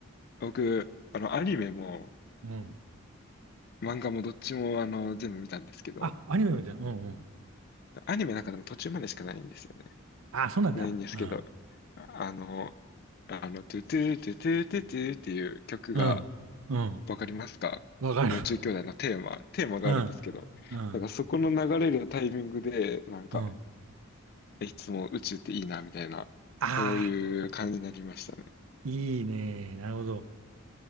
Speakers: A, on the left; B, on the right.
A: 僕、あの、アニメも、
B: うん。
A: 漫画もどっちも、あの、全部見たんですけど、
B: あ、アニメみたいな。うんうん。
A: アニメなんかでも途中までしかないんですよね。
B: ああ、そうなんだ。
A: ないんですけど、
B: うん。
A: あの、あの、トゥトゥトゥトゥトゥトゥっていう曲が
B: うん。うん。
A: わかりますかあの宇宙兄弟のテーマ、
B: わかる。
A: テーマがあるんですけど、
B: うん。うん。
A: なんかそこの流れるタイミングで、なんか、
B: うん。
A: いつも宇宙っていいな、みたいな、
B: ああ、
A: そういう感じになりましたね。
B: いいね。なるほど。